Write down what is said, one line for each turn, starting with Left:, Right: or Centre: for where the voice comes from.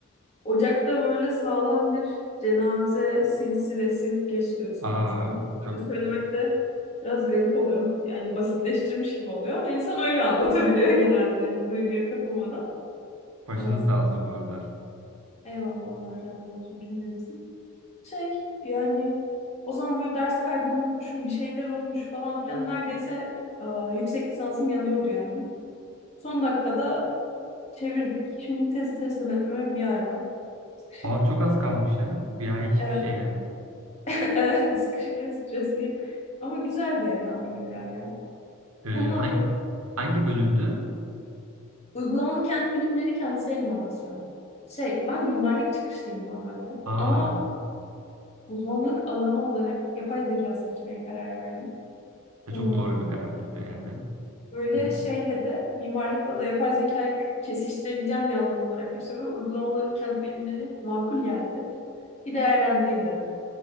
Left: Ocak'ta böyle sağlam bir cenaze silsilesi geçti üstümüzden.
Right: Aa
Left: Böyle
Right: çok
Left: söylemek de biraz garip oluyor. Yani basitleştirmiş gibi oluyor ama insan öyle anlatabiliyor <laughs> genelde. Yani duyguya kapılmadan.
Right: başını
Left: Ee,
Right: sağ olsun bu arada.
Left: eyvallah Allah razı olsun cümlemizin. Şey yani o zaman böyle ders kaydını unutmuşum bir şeyler olmuş falan filan neredeyse e, yüksek lisansım yanıyordu yani. Son dakikada çevirdik. Şimdi tezi teslim etmeme bir ay var. Sıkışık.
Right: Aa çok az kalmış ya. Bir ay hiçbir
Left: Evet.
Right: şey yani.
Left: <laughs> Evet sıkışık ve stresliyim. Ama güzel güzeldi elhamdülillah ya.
Right: Ee,
Left: Sen ne
Right: hangi,
Left: yapıyorsun?
Right: hangi bölümdü?
Left: Uygulamalı kent bilimleri kentsel inovasyon. Şey ben mimarlık çıkışlıyım normalde
Right: Aa
Left: ama uzmanlık alanı olarak yapay zeka seçmeye karar verdim.
Right: e,
Left: Ee,
Right: çok doğru bir karar tabii yani.
Left: Böyle
Right: Gü-
Left: şeyle de mimarlıkla da yapay zekayı k- kesiştirebileceğim bir alan olarak işte ve uygulamalı kent bilimleri makul geldi. Bir değerlendireyim dedim.